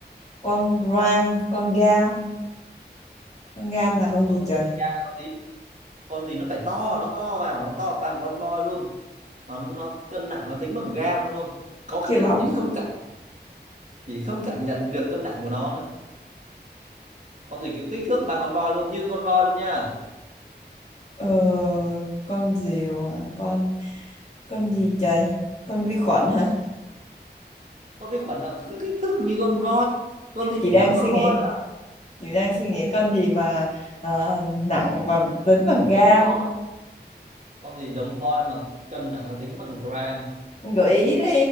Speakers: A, on the left (about 40°); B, on the right (about 45°).
A: con ram, con gam. Con gam là con
B: Con
A: gì
B: gram
A: trời?
B: là con gì? Con gì nó phải to, nó to vào, nó to bằng con voi luôn. Mà nó, nó cân nặng nó tính bằng gram luôn. Có khi
A: Cái bóng
B: là chị không cảm chị không cảm nhận được cân nặng của nó nữa. Con gì cứ kích thước bằng con voi luôn như con voi luôn nha.
A: Ờ, con diều hả? Con con gì trời? Con vi khuẩn hả?
B: Con vi khuẩn là cứ kích thước như con voi. Con gì
A: Chị
B: phải
A: đang
B: giống
A: suy
B: con
A: nghĩ,
B: voi
A: chị đang suy nghĩ con gì mà ờ, nặng và tính bằng
B: gì
A: gam.
B: giống voi con gì giống voi mà cân nặng nó tính bằng gram
A: Gợi ý đi,